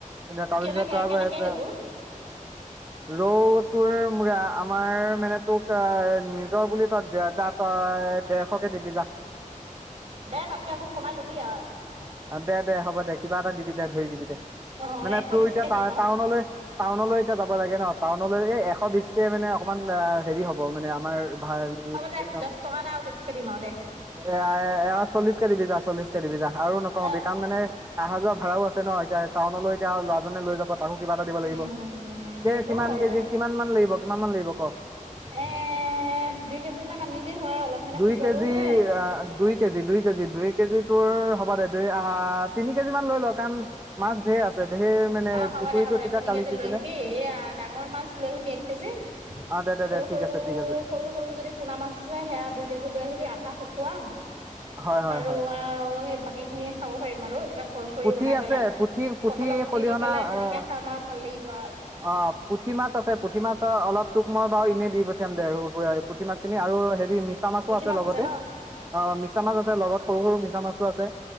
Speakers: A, on the right; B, on the right.
A: এতিয়া তাৰপিছত
B: কেনেকে
A: তাৰপা
B: কেনেকে
A: এটা,
B: সেইবোৰ
A: ৰৌ তোৰ আমাৰ মানে, তোক আহ নিজৰ বুলি তই দে দা তই দেৰশ কে দিবি যা।
B: দে তাতকৈ অকন কমাই লবি আৰু।
A: অ' দে দে হ'ব দে, কিবা এটা দিবি দে, ধৰি দিবি দে।
B: অ
A: মানে
B: এশ
A: তোৰ
B: বিশকে
A: এতিয়া টা
B: দিম আৰু
A: টাউনলৈ, টাউনলৈ এতিয়া যাব লাগে ন, টাউনলৈ এ এশ বিছকে মানে অকমান আহ হেৰি হ'ব মানে, আমাৰ ভাল
B: হ'ব দে
A: হেৰি নহব।
B: দহ টকা এটা আৰু বেছিকে দিম আৰু দে
A: এয়া এ চল্লিশ কে দিবি যা, চল্লিশ কে দিবি যা, আৰু নকমাবি,
B: অ
A: কাৰণ মানে অহা যোৱা ভাড়াও আছে ন, এতিয়া টাউনলৈ এতিয়া ল'ৰা জনে লৈ যাব। তাকো কিবা এটা দিব
B: উম,
A: লাগিব,
B: সেইটো
A: এই কিমান
B: হয়
A: কেজি,
B: বাৰু।
A: কিমান মান লাগিব, কিমান মান লাগিব ক'।
B: এ দুই কেজিমান আনিলেই হয়, অলপ মানে
A: দুই
B: শুকুৱালেও
A: কেজি
B: হয়।
A: আহ দুই কেজ, দুই কেজি, দুই কেজি তোৰ হ'ব দে, দুই আহ তিনি কেজি মান লৈ ল কাৰণ মাছ ঢেৰ আছে ঢেৰ মানে
B: অ' হ'ব
A: পুখুৰীটো
B: দে, হ'ব দে,
A: তেতিয়া
B: তিনি
A: কালি
B: কেজি
A: সিচিলে
B: লৈ আহিবি এইয়া ডাঙৰ মাছ লৈ আহিবি এক কেজি
A: অ দে দে
B: সৰু
A: দে ঠিক
B: সৰু,
A: আছে ঠিক আছে
B: সৰু সৰু, যদি সুনামাছ যে, সেয়া দুই কেজি লৈ আহিবি, আধা শুকুৱাম,
A: হয় হয়
B: আৰু
A: হয়
B: আৰু সেই বাকী খিনি খাব পাৰিম আৰু এনেকুৱা খৰচৰি
A: পুঠি
B: বনাই
A: আছে
B: পেলাই,
A: পুঠি পুঠি
B: কঁঠালত গুটি
A: খলিহনা
B: দি পেলাই সেনেকে
A: আহ
B: খাম আৰু ভাল লাগিব আৰু।
A: অ' পুঠি মাছ আছে, পুঠি মাছ অলপ টোক মই বাৰু এনেই দি পঠিয়াম দে পুঠি মাছখিনি, আৰু হেৰি মিছা মাছো
B: মিঠি
A: আছে
B: মাছ
A: লগতে।
B: ন'
A: অ' মিছা মাছ আছে, লগত সৰু সৰু মিছা মাছটো আছে,